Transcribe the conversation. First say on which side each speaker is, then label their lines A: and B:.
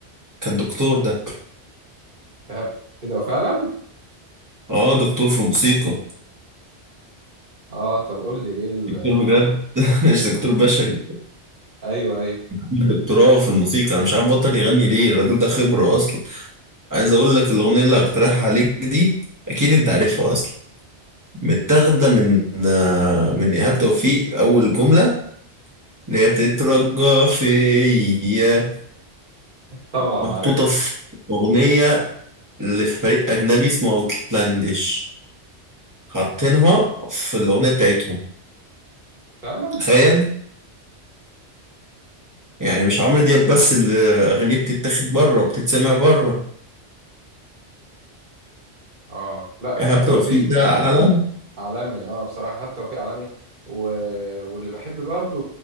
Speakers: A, on the right; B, on the right.
A: كان دكتور ده
B: فهمت كده فعلا
A: اه دكتور في الموسيقى
B: اه طب قول لي ايه ال...
A: دكتور بجد <laughs> مش دكتور بشري
B: ايوه ايوه
A: دكتوراه في الموسيقى انا مش عارف بطل يغني ليه الراجل ده خبرة اصلا عايز اقول لك الأغنية اللي هقترحها عليك دي اكيد انت عارفها اصلا متاخدة من آه، من إيهاب توفيق اول جملة اللي هي تترجى فيا
B: طبعا
A: محطوطة
B: عارف
A: في أغنية لفريق أجنبي اسمه أوتلانديش حاطينها في الأغنية بتاعتهم
B: فعلا
A: تخيل يعني مش عمرو دياب بس اللي أغانيه بتتاخد بره وبتتسمع بره
B: اه لا ايهاب
A: إيهاب توفيق
B: توفيق
A: ده
B: آه
A: علم
B: عالمي اه بصراحه ايهاب توفيق عالمي و... واللي بحب برضو